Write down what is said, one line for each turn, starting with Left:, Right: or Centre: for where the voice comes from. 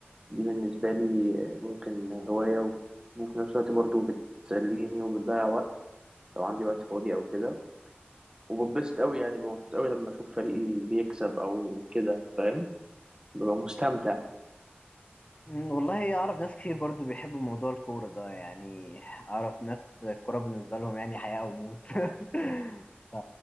Right: دي بالنسبة لي ممكن هواية و- وفي نفس الوقت برضه بتسليني وبتضيع وقت لو عندي وقت فاضي أو كده وببسط قوي يعني ببقى مبسوط قوي لما اشوف فريقي بيكسب او كده فاهم ببقى مستمتع
Left: مم، والله أعرف ناس كتير برضو بيحبوا موضوع الكورة ده يعني أعرف ناس الكورة بالنسبة لهم يعني حياة أو موت <laughs> ف...